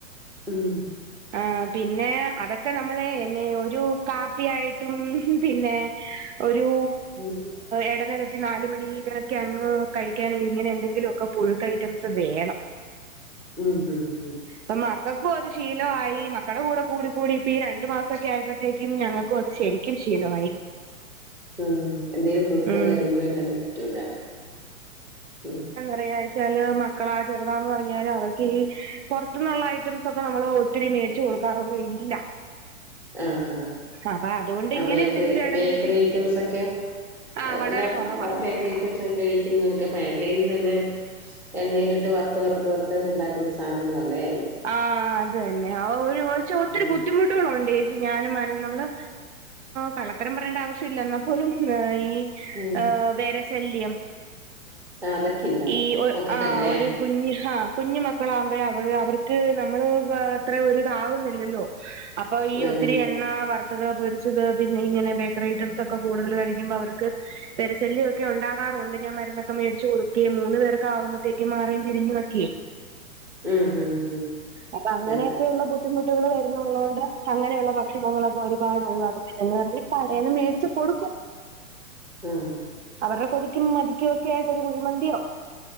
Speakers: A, in the centre; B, on the right.
A: ഉം
B: ആഹ് പിന്നേ അതൊക്കെ നമ്മള് എന്നെയൊരു കാപ്പി ആയിട്ടും പിന്നേ- ഒരു
A: ഉം
B: എടനെല- നാലുമണിലൊക്കെ അങ്ങ് കഴിക്കാൻ ഇങ്ങനെ എന്തെങ്കിലു ഒക്കെ പുഴുക്കൈറ്റംസ് വേണം
A: ഉം ഉം ഉം
B: പ്പം മക്കക്കുഅത് ശീ- ലവായി മക്കള കൂടെ കൂടി കൂടി ഇപ്പ ഈ രണ്ടു മാസൊക്കെ ആയപ്പോത്തേക്കും ഞങ്ങൾക്കു അത് ശെരിക്കും ശീലവായി
A: ഉം എന്തേലും പുഴുക്കോ
B: ഉം
A: കാര്യങ്ങളൊ ഇല്ലാണ്ട് പറ്റൂല ഉം
B: പറഞ്ഞാച്ചാല് മക്കളാ ചെറുതാന്ന് പറഞ്ഞാല് അവർക്ക് ഈ പൊറത്തുന്നുള്ള ഐറ്റംസ് ഒക്ക നമ്മള്- ഒത്തിരീം മേടിച്ച് കൊടുക്കാറൊന്നും ഇല്ല
A: ആഹ് ആഹ്
B: അപ്പൊ അതുകൊണ്ട്
A: ആഹ്
B: ഇങ്ങനെ
A: ബേക്കറി
B: എന്തെങ്കിലും എട
A: ബേക്കറി
B: നികത്തി
A: ഐറ്റംസൊക്കെ-
B: ആഹ് വളരെ
A: എല്ലാം
B: കുറവാ
A: ബേക്കറിഐറ്റംസൊ- കഴിക്കുന്നതൊക്കെ <unintelligible> തന്നെ എണ്ണയിലിട്ട് വറുത്ത് വറുത്ത് വറുത്ത്അവരുണ്ടാക്കുന്ന സാ - നങ്ങളല്ലേ
B: ആഹ് ആഹ് അത് ന്നെ ആഹ് ഒരു ഒരുച്ച ഒത്തിരി
A: ഉം
B: ബുദ്ധിമു- ണ്ട് യേച്ചി ഞാനും മാനും നമ്മള് കള്ളത്തരം പറയേണ്ട ആവശ്യ ഇല്ല എന്നാ പോലും ഈ
A: ഉം
B: ഏഹ് വേരശല്യം
A: ആ അതൊക്കെ ഇണ്ടാവും
B: ഈ ഒ
A: മക്കക്കല്ലേ
B: ആഹ് ഒരു കുഞ്ഞ് ഹാ - കുഞ്ഞ് മക്കളാവുമ്പൊഴ് അവള് അവർക്ക് നമ്മള് അത്ര ഒരു ഇതാവുന്നില്ലല്ലൊ അപ്പൊ ഈ
A: അതെ
B: ഒത്തിരി
A: അതെ
B: എണ്ണ വറ് ത്തത്, പൊരിച്ചത് പിന്നെ ഇങ്ങനെ ബേക്കറി ഐറ്റംസ് ഒക്ക കൂടുതല് കഴിക്കുമ്പൊ അവർക്ക് വെര ശല്യൊക്കെ ഒണ്ടാകാറുണ്ട് ഞാൻ മരുന്നൊക്കെ മേടിച്ച് കൊടുക്കേം മൂന്ന് പേർക്ക് ആവുമ്പഴത്തേക്കും മാറിയും തിരിഞ്ഞു വൊക്കെ
A: ഉം ഉം ഉം
B: അപ്പൊ അങ്ങനേക്കെയുള്ള
A: അതെ
B: ബു ബുദ്ധിമുട്ടുകൾ വരുന്നുള്ളോണ്ട് അങ്ങനെയുള്ള ഭക്ഷണങ്ങളൊക്കെ ഒരുപാട് ഒഴിവാക്കും പിന്നെന്ന് പറഞ്ഞ് കടേന്ന് മേടിച്ചു കൊടുക്കും
A: ആഹ്
B: അവരുടെ കൊതിക്കും മതിക്കും ഒക്കെ ആയിറ്റ് ഒര് കുഴിമന്തിയോ